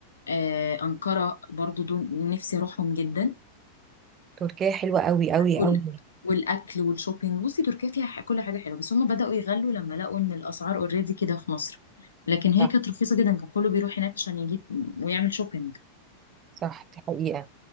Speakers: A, on the left; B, on the right.
A: آه، أنقرة برضو دول نفسي أروحهم جدا
B: تركيا حلوة قوي قوي
A: كل
B: قوي
A: والأكل والشوبينج بصي تركيا فيها ح- كل حاجة حلوة بس هم بدأوا يغلوا لما لقوا إن الأسعار أوريدي كده في مصر لكن هي
B: صح
A: كانت رخيصة جدا كان كله بيروح هناك عشان يجيب ويعمل شوبينج
B: صح دي حقيقة